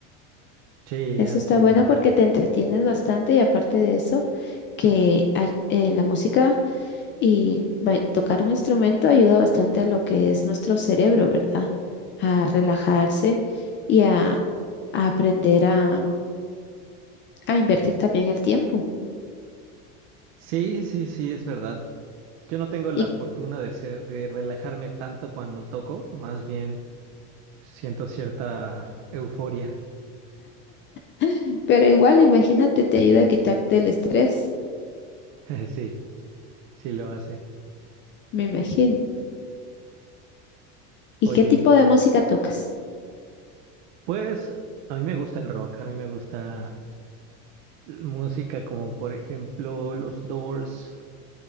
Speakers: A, on the right; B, on the left.
A: Sí,
B: Eso
A: han
B: está
A: sido.
B: bueno porque te entretienes bastante y aparte de eso, que ay- eh, la música y ba- tocar un instrumento ayuda bastante a lo que es nuestro cerebro, ¿verdad? A relajarse y a, a aprender a, a invertir también el tiempo.
A: Sí, sí, sí, es verdad. Yo no tengo la
B: Y,
A: fortuna de ser, de relajarme tanto cuando toco, más bien siento cierta euforia.
B: <laughs> pero igual, imagínate, te ayuda a quitarte el estrés,
A: <laughs> Sí. Sí lo hace.
B: me imagino. ¿Y
A: Oye,
B: qué tipo de música tocas?
A: pues a mí me gusta el rock, a mí me gusta l- música como por ejemplo los Doors,